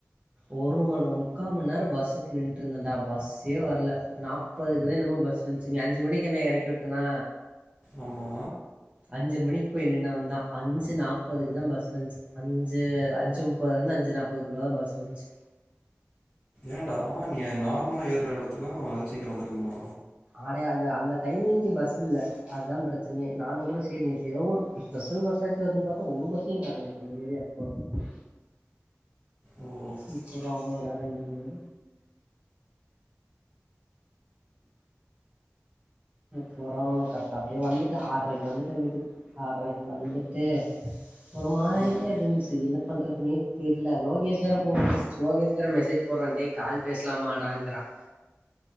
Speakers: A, on the right; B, on the left.
A: ஒரு மணி முக்கால் மணி நேரம் பஸ்ஸுக்கு நின்று இருந்தேன்டா பஸ்ஸே வரல நாற்பதுக்குத நம்ம பஸ் வந்துச்சு நீ அஞ்சு மணிக்கு என்ன இறக்கி விட்டனா
B: ஆமா
A: அஞ்சு மணிக்கு போய் நின்னவந்தா அஞ்சு நாற்பதுக்கு தான் பஸ் வந்துச்சு அஞ்சு அஞ்சு முப்பதுலந்து அஞ்சு நாப்பதுக்குள்ள தா பஸ் வந்துச்சு
B: ஏண்டா நீ நார்மலா ஏறுற இடத்து அ சீக்கிரம் வந்திருக்குமா
A: ஆடே அந்த அந்த டைமிங்க்கு பஸ் இல்ல அதுதான் பிரச்சனையே நானும் கூட சேரி நேத்து ஏதோ ஒரு ஸ்பெஷல் பஸ் ஆச்சு வருன்னு பாத்தா ஒரு பஸ்ஸையும் காணோ நேத்து ஏங்க ஏரியா போறதுக்கு
B: ஓ
A: நிக்கற அவ்ளோ நேரம் நின்னு போறோம் கட்ட அப்படியே வந்துட்டே ஆறரைக்கு வந்துட்டேன் வீட்டுக்கு ஆறரைக்கு வந்துட்டு ஒரு மாதிரியே
B: ம்
A: இருந்துச்சு என்ன பண்றதுன்னே தெரியல லோகேஷ் வேர போன் லோகேஷ் வேர மெசேஜ் போடுறான் டேய் கால் பேசலமாடாங்கறான்